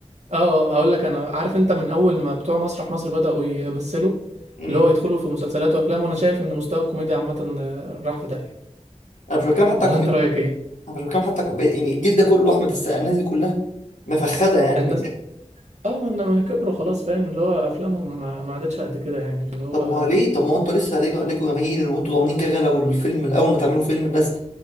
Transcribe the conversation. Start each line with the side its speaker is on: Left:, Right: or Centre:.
Right: اه آه، هقول لك أنا عارف أنت من أول ما بتوع مسرح مصر بدأوا يمثلوا
Left: امم
Right: اللي هو يدخلوا في مسلسلات وأفلام وأنا شايف إن مستوى الكوميديا عامة آه، راح في داهية
Left: انا مش بتكلم حتى
Right: ولا
Left: على الكوميديا
Right: أنت رأيك إيه؟
Left: انا مش بتكلم حتى على الكوميديا يعني الجيل ده كله احمد السقا الناس دي كلها مفخده يعني
Right: الناس
Left: من
Right: اه ما ما كبروا خلاص فاهم اللي هو افلامهم ما ما عادتش قد كده يعني اللي هو
Left: طب ما ليه طب ما هو انتوا لسه ليكوا ليكوا جماهير وانتوا ضامنين كده كده لو الفيلم الاول ما تعملوا فيلم الناس